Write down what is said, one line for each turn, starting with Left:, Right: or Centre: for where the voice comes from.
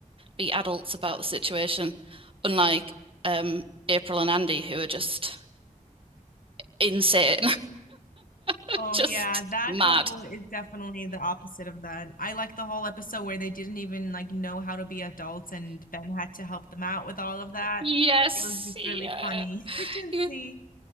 Right: be adults about
Left: yeah.
Right: the situation, unlike um April and Andy, who are just insane. <laughs>
Left: Oh
Right: Just
Left: yeah, that
Right: mad.
Left: couple is definitely the opposite of that. I like the whole episode where they didn't even like know how to be adults and Ben had to help them out with all of that.
Right: Yes.
Left: It was just
Right: Yeah.
Left: really funny <laughs> to
Right: He
Left: see.
Right: was